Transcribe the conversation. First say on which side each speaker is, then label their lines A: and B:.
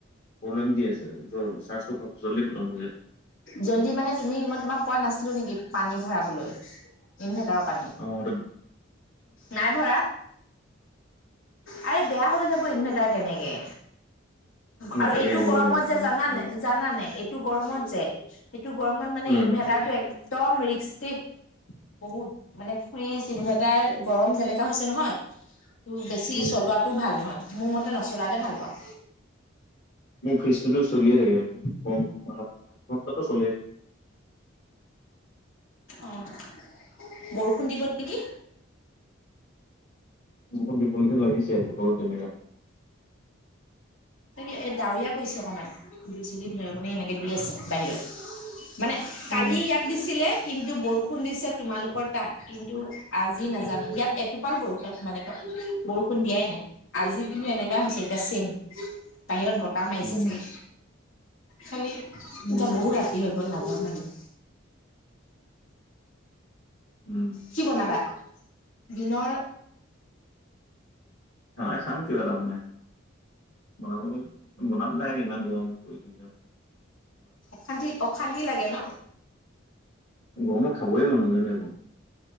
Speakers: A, on the left (about 60°); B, on the left (about 80°).
A: প্ৰব্লেম দি আছে, য চাৰ্জটো জল্দি খতম হৈ যায়।
B: জল্দি মানে তুমি, মই তোমাক কোৱা নাছিলোঁ নেকি পানী ভৰাবলৈ, ইনভাৰ্টাৰৰ পানী।
A: অ' এইটো
B: নাই ভৰা, আৰে বেয়া হৈ যাব ইনভাৰ্টাৰ তেনেকে।
A: ন
B: আৰু
A: কালি
B: এইটো
A: আনিব
B: গৰমত
A: লাগিব
B: যে
A: পানী
B: জানা
A: ভৰাব
B: নে জানা নে এইটো গৰমত যে, এইটো গৰমত মানে
A: উম
B: ইনভাৰ্টাৰটো এক একদম ৰিক্সি দে, বহুত মানে ফ্ৰীজ, ইনৰ্ভাটাৰ গৰম যেনেকা হৈছে নহয় বেছি
A: উম
B: চলোৱাটো ভাল নহয়, মোৰ মতে নচলালে ভাল পাওঁ।
A: মোৰ ফ্ৰিজটোতো চলিয়ে থাকে, কম-কম আঠ-আঠ ঘণ্টাটো চলেই।
B: অ' বৰষুণ দিব। নে কি?
A: বৰষুণ দিবলিখীয়া লাগিছে, বতৰ তেনেকা।
B: তাকে এই ডাৱৰীয়া কৰিছে অকমান, বিজুলী, ধেৰেকনি সেনেকে দি আছে বাহিৰত। মানে
A: উম
B: কালি ইয়াত দিছিলে, কিন্তু বৰষুণ দিছে তোমালোকৰ তাত। কিন্তু আজি নাজানোঁ, ইয়াত এটোপাল বৰষুণ মানে বৰষুণ দিয়াই নাই। আজি কিন্তু এনেকাই হৈছে এতিয়া ছেম, বাহিৰত বতাহ মাৰিছে
A: উম
B: চাগে। খালি এতিয়া
A: উম উম
B: বহুত ৰাতি হৈ গ'ল নাযাওঁ বাহিৰত।
A: উম'
B: কি বনাবা? দিনৰ
A: অ' খাম কিবা এটা বনাই। বনাবলৈ, বনাম নাই, ইমান গৰম পৰিছে এতিয়া।
B: অশান্তি, অশান্তি লাগে ন?
A: গৰমত খাবই মন নাযায় ন সেইবোৰ।